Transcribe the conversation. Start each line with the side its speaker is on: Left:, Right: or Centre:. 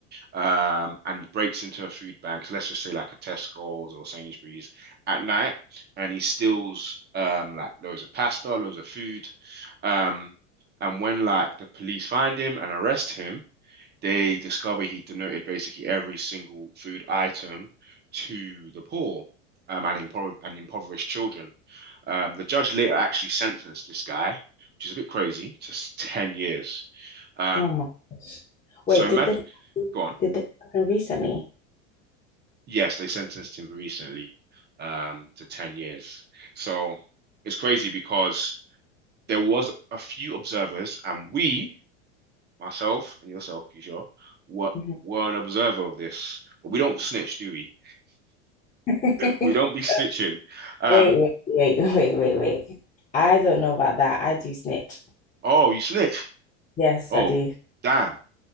Right: um, and he breaks into a food bank, so let's just say like a Tesco's or Sainsbury's at night, and he steals um, like loads of pasta, loads of food. Um, and when like the police find him and arrest him, they discover he donated basically every single food item to the poor um, and, impo and impoverished children. Um, the judge later actually sentenced this guy, which is a bit crazy, to 10 years. Um,
Left: Oh my gosh.
Right: so
Left: Wait,
Right: imagine,
Left: did this
Right: go on.
Left: did this happen recently?
Right: Yes, they sentenced him recently um, to 10 years. So it's crazy because there was a few observers, and we, myself and yourself, Kishore, were
Left: Mhm.
Right: were an observer of this. But we don't snitch, do we?
Left: <laughs>
Right: We don't be snitching. Um,
Left: Wait, wait, wait, wait, wait, wait. I don't know about that. I do snitch.
Right: oh, you snitch?
Left: Yes,
Right: Oh,
Left: I do.
Right: damn.